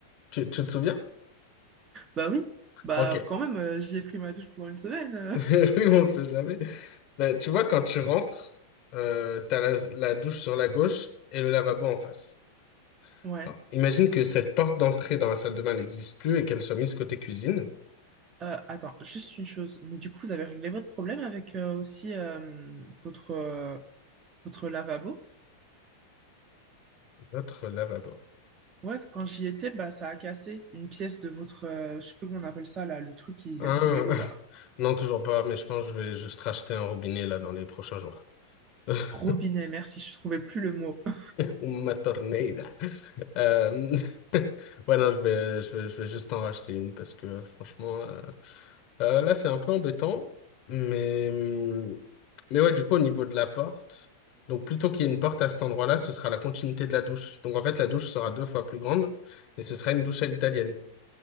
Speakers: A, on the left (about 35°); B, on the right (about 20°).
A: Tu, tu te souviens?
B: Bah oui, bah
A: Ok. <laughs>
B: quand même, euh, j'y ai pris ma douche pendant une semaine. euh.
A: Oui,
B: <laughs>
A: on sait jamais. Ben, tu vois, quand tu rentres, euh, t'as la, la douche sur la gauche et le lavabo en face.
B: Ouais.
A: Alors, imagine que cette porte d'entrée dans la salle de bain n'existe plus et qu'elle soit mise côté cuisine.
B: Euh, attends, juste une chose, mais du coup, vous avez réglé votre problème avec euh, aussi euh, votre, euh, votre lavabo?
A: Votre lavabo.
B: Ouais, quand j'y étais, bah ça a cassé une pièce de votre, euh, je sais plus comment on appelle ça là, le truc qui
A: Hein?
B: laisse couler l'eau là.
A: <laughs> Non, toujours pas, mais je pense que je vais juste racheter un robinet là dans les prochains jours. <laughs>
B: Robinet, merci, je trouvais plus le mot. <laughs>
A: Uma torneira. Euh, <laughs> Ouais, non, je vais, je vais, je vais juste en racheter une parce que franchement, euh, euh, là, c'est un peu embêtant. Mais, hum, mais ouais, du coup, au niveau de la porte, donc plutôt qu'il y ait une porte à cet endroit-là, ce sera la continuité de la douche. Donc en fait, la douche sera deux fois plus grande et ce sera une douche à l'italienne.